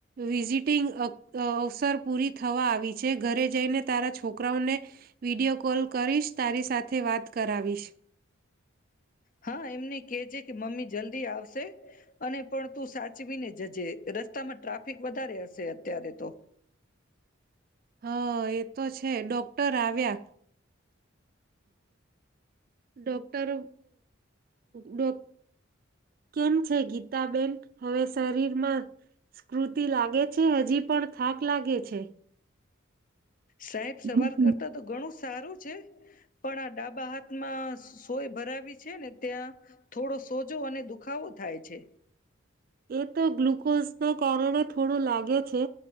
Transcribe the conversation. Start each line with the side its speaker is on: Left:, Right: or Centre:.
Right: વિઝિટિંગ અવસર પૂરી થવા આવી છે, ઘરે જઈને તારા છોકરાઓને વિડિયો કોલ કરીશ તારી સાથે વાત કરાવીશ.
Left: હા. એમને કેહે છે કે મમ્મી જલ્દી આવશે. અને પણ તું સાચવીને જજે રસ્તામાં ટ્રાફિક વધારે હશે અત્યારે તો.
Right: હા એ તો છે ડોક્ટર આવ્યા ડોક્ટર ડોક કેમ છે ગીતાબેન હવે શરીરમાં સ્કૃતિ લાગે છે હજી પણ થાક લાગે છે
Left: સાહેબ સવાર
Right: બિલકુલ
Left: કરતા તો ઘણું સારું છે પણ આ ડાબા હાથમાં સોય ભરાવી છે ને ત્યાં થોડો સોજો અને દુખાવો થાય છે
Right: એ તો ગ્લુકોઝના કારણે થોડું લાગે છે